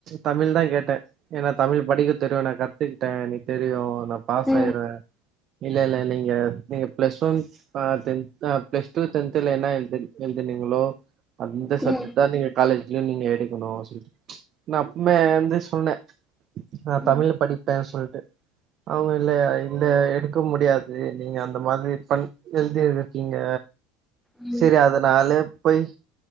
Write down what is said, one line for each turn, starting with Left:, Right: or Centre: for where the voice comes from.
Right: தமிழ் தா கேட்டே ஏன்னா தமிழ் படிக்க தெரியு நா கத்துகிட்ட எனக்கு தெரியு நா பாஸ் ஆயிருவ
Centre: ம்
Right: இல்லல இல் லைங்க நீங்க பிளஸ் வன் அ டென்த்தா பிளஸ் டூ டென்த்துல என்னா எழ்து எழுதுனீங்களோ அந்த சப்ஜக்ட்
Centre: ம்
Right: தா நீங்க ட் தா நீங்க எடுக்கணு சொல்ட்டு நா அப்மே வந்து சொன்ன நா தமிழ்ல
Centre: ம்
Right: படிப்பே சொல்ட்டு அவுங்க இல்ல இல்ல எடுக்க முடியாது நீங்க அந்த மாதிரி பண் எழுதி இருக்கீங்க
Centre: ம்
Right: செரி அதனால போய்